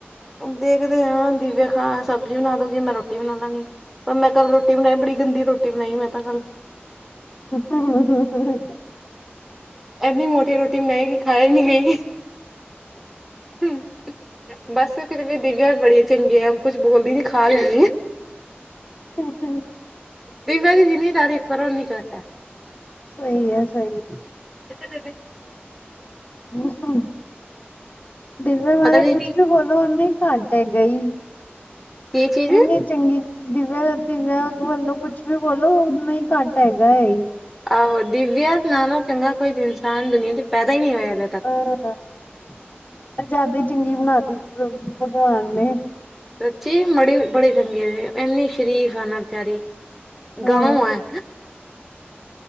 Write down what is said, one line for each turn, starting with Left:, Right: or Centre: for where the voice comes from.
Centre: ਦੇਖਦੇ ਆਂ ਦਿਵਿਆ ਖਾਨਾ ਸਬਜ਼ੀ ਬਣਾ ਦੂਗੀ, ਮੈਂ ਰੋਟੀ ਬਣਾ ਲਾਂਗੀ। ਪਰ ਮੈਂ ਕੱਲ ਰੋਟੀ ਬਣਾਈ ਬੜੀ ਗੰਦੀ ਰੋਟੀ ਬਣਾਈ ਮੈਂ ਤਾਂ ਕੱਲ।
Left: <unintelligible>
Centre: ਇੰਨੀਂ ਮੋਟੀ ਰੋਟੀ ਬਨਾਈ ਕਿ ਖਾਏ ਨੀਂ ਗਈ। ਹਂ ਬੱਸ ਫੇਰ ਵੀ ਦਿਵਿਆਂ ਬੜੀ ਚੰਗੀ ਆ ਕੁਛ ਬੋਲਦੀ ਨੀਂ ਖਾ ਲੈਂਦੀ।
Left: ਹੂੰ-ਹੂੰ।
Centre: ਦਿਵਿਆ ਦੀ ਜਿੰਨੀ ਤਾਰੀਫ਼ ਕਰੋ ਓਨੀ ਘੱਟ ਐ।
Left: ਸਹੀ ਐ ਸਹੀ।
Centre: ਦੇ-ਦੇ।
Left: ਹੂੰ-ਹੂੰ ਦਿਵਿਆ ਬਾਰੇ
Centre: ਪਤਾ ਨੀ
Left: ਕੁਛ
Centre: ਕੀ
Left: ਵੀ ਬੋਲੋ ਓਨਾਂ ਇ ਘਾਂਟੇ ਗਈ,
Centre: ਚੀਜ਼
Left: ਇਨੀਂ ਚੰਗੀ ਦਿਵਿਆ-ਦਿਵਿਆ ਵੱਲੋਂ ਕੁਛ ਵੀ ਬੋਲੋ ਓਨਾ ਹੀ ਘੱਟ ਹੈਗਾ ਏ।
Centre: ਆਹੋ ਦਿਵਿਆ ਨਾਲੋਂ ਚੰਗਾ ਕੋਈ ਇਨਸਾਨ ਦੁਨੀਆਂ ਚ ਪੈਦਾ ਇ ਨੀ ਹੋਇਆ ਗਾ।
Left: <unintelligible> ਪੰਜਾਬੀ ਚੰਗੀ ਬਣਾ ਤੀ ਭ ਭਗਵਾਨ ਨੇਂ।
Centre: ਸਚੀ ਮੜੀ ਬੜੇ ਚੰਗੇ ਇੰਨੀ ਸ਼ਰੀਫ ਆ ਨਾ ਬਚਾਰੀ
Left: ਹਾਂ।
Centre: ਗਾਂਓ ਐਂ।